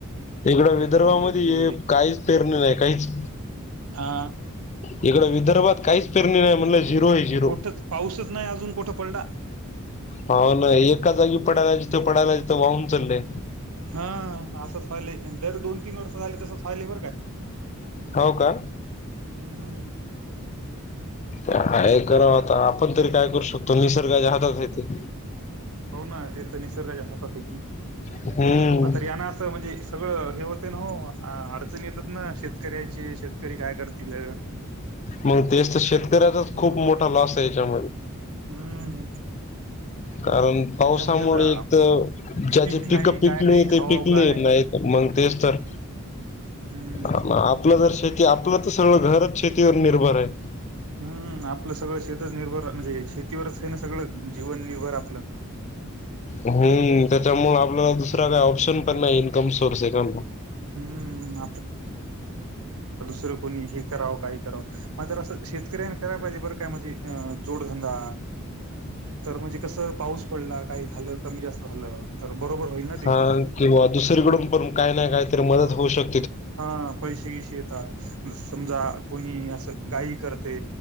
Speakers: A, on the left; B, on the right.
A: इकडं विदर्भामध्ये,
B: काय म्हणतात ते
A: काहीच पेरणी नाही काहीच
B: हा,
A: इकडं विदर्भात काहीच पेरणी नाही म्हणलं, झीरो ये झीरो,
B: कुठच पाऊसच नाही अजून कुठं पडला
A: हो ना एका जागी प पडायला जिथं पडायला, जिथं वाहून चाललंय.
B: हा असंच व्हालंय, जर दोन तीन वर्ष झाले तसंच व्हालंय बरं का,
A: हो का
B: हम.
A: काय करांव आता आपण तरी काय करू शकतो निसर्गाच्या हातात हाय ते.
B: हो ना ते तर निसर्गाच्या हातात हाय की,
A: हम्म
B: म तर यांना असं म्हणजे सगळं हे होत. ते नं हो अडचण येतात ना शेतकऱ्याचे शेतकरी काय करतील.
A: मंग तेच त शेतकऱ्याचाच खूप मोठा लॉस ये याच्यामध्ये
B: हम्म
A: कारण पावसामुळे
B: त्याच्यामध्ये आता
A: एक तर ज्याचे
B: पीक नाही
A: पिकं पिकले
B: काय नाही खावाव
A: ते पिकले
B: काय
A: नाय त मंग तेचं तर
B: हम्म
A: अ मं आपलं जर शेत ते आपलं तर सगळं घरच शेतीवर निर्भर ये.
B: हम्म आपलं सगळं शेतच निर्भर म्हणजे शेतीवरच हाय ना सगळं जीवन निर्भर आपलं.
A: हम्म त्याच्यामुळ आपल दुसरा काय ऑप्शन पण नाही इन्कम सोर्स ये का
B: हम्म तर कोणी हे करावं काही कराव मला तर असं शेतकऱ्यांनं करायला पाहिजे बरं काय म्हणजे जोडधंदा तर म्हणजे कस पाऊस पडला काय झालं कमी जास्त झालं. तर बरोबर होईल ना ते
A: हा किंवा दुसरीकडून पण काय नाय कायतरी मदत होऊ शक
B: हा पैसे इसे येतात समजा कोणी असं गाई करते.